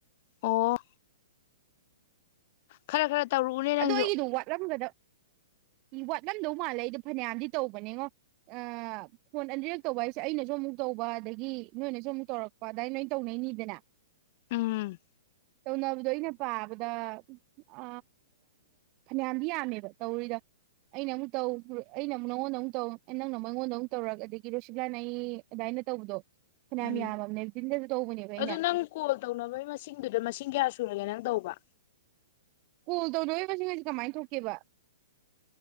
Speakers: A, on the left (about 50°); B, on the right (about 35°).
A: ꯑꯣ ꯈꯔ ꯈꯔ ꯇꯧꯔꯛꯎꯅꯦ ꯅꯪꯁꯨ
B: ꯑꯗꯣ ꯑꯩꯒꯤꯗꯣ ꯋꯥꯠꯂꯝꯒꯗꯕ ꯋꯥꯠꯂꯝꯗꯧ ꯃꯥꯜꯂꯦ ꯑꯩꯗꯣ ꯐꯅꯌꯥꯝꯗꯤ ꯇꯧꯕꯅꯦꯉꯣ ꯑ ꯐꯣꯟ ꯑꯅꯤꯔꯛ ꯇꯧꯕ ꯍꯥꯏꯁꯦ ꯑꯩꯅꯁꯨ ꯑꯃꯨꯛ ꯇꯧꯕ ꯑꯗꯒꯤ ꯅꯣꯏꯅꯁꯨ ꯑꯃꯨꯛ ꯇꯧꯔꯛꯄ ꯑꯗꯨꯃꯥꯏ ꯅ ꯇꯧꯅꯩꯅꯤꯗꯅ
A: ꯎꯝ
B: ꯇꯧꯅꯕꯗꯣ ꯑꯩꯅ ꯄꯥꯕꯗ ꯑ ꯐꯅꯌꯥꯝꯗꯤ ꯌꯥꯝꯃꯦꯕ ꯇꯧꯔꯤꯗ ꯑꯩꯅ ꯑꯃꯨꯛ ꯇꯧ ꯑꯩꯅ ꯑꯃꯨꯛ ꯅꯪꯉꯣꯟꯗ ꯑꯃꯨꯛ ꯇꯧ ꯅꯪꯅ ꯑꯃꯨꯛ ꯑꯩꯉꯣꯟꯗ ꯑꯃꯨꯛ ꯇꯧꯔꯒ ꯑꯗꯒꯤ ꯔꯣꯁꯤꯛꯂꯥꯟꯅ ꯑꯩ ꯑꯗꯨꯗꯥꯃꯥꯏꯅ ꯇꯧꯕꯗꯣ ꯐꯅꯌꯥꯝ
A: ꯎꯝ
B: ꯌꯥꯝꯃꯕꯅꯦ ꯇꯤꯟꯗꯁꯨ ꯇꯧꯕꯅꯦꯕ ꯑꯩꯅ
A: ꯑꯗꯨ ꯅꯪ ꯀꯣꯜ ꯇꯧꯅꯕꯒꯤ ꯃꯁꯤꯡꯗꯨꯗ ꯃꯁꯤꯡ ꯀꯌꯥ ꯁꯨꯔꯒꯦ ꯅꯪ ꯇꯧꯕ
B: ꯀꯣꯜ ꯇꯧꯅꯔꯤꯕꯁꯤꯡꯁ ꯀꯃꯥꯏꯅ ꯊꯣꯛꯀꯦꯕ